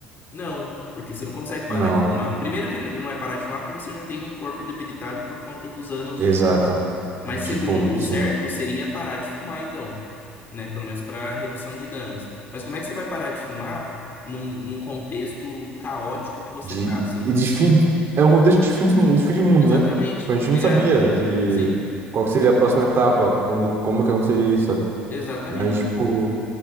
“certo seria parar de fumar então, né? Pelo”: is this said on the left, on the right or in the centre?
Left